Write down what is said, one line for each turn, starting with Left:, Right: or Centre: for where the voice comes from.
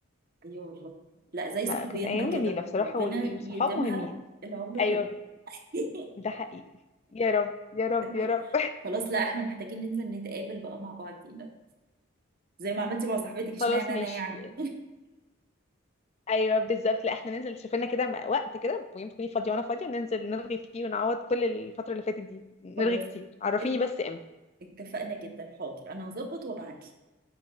Right: ايوه والله لا زي
Left: لا
Right: صحوبيتنا
Left: كانت ايام
Right: كده
Left: جميله بصراحه
Right: ربنا
Left: والصحاب
Right: يديمها
Left: مهمين
Right: العمر
Left: ايوه
Right: كله <laughs>
Left: ده حقيقي يا رب يا رب
Right: ده
Left: يا
Right: حقيقي
Left: رب
Right: خلاص لا احنا محتاجين ننزل نتقابل بقى مع بعضينا زي ما عملتي مع صاحبتك
Left: خلاص
Right: اشمعنى
Left: ماشي
Right: انا يعني
Left: ايوه بالظبط لا احنا ننزل شوف لنا كده م- وقت كده ويوم تكوني فاضيه وانا فاضيه ننزل نلغي فيه ونعوض كل الفتره اللي فاتت دي
Right: <laughs>
Left: نلغي
Right: خلاص
Left: كتير عرفيني
Right: ات-
Left: بس امتى
Right: اتفقنا جدا حاضر انا هظبط وابعتلك